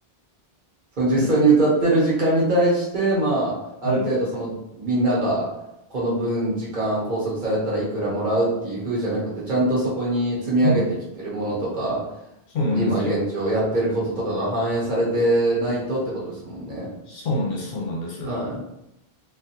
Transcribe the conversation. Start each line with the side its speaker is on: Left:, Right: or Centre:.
Right: その実際に歌ってる時間に対して、
Left: う、うん、
Right: まあ、
Left: うん、
Right: ある程度そのみんながこの分時間拘束されたらいくらもらうっていう風じゃなくて、ちゃんとそこに積み上げてきてるものとか、
Left: うん、そうなんですよ。
Right: 今現状やってることとかが反映されてないとってことですもんね。
Left: そうなんです、そうなんです。
Right: はい。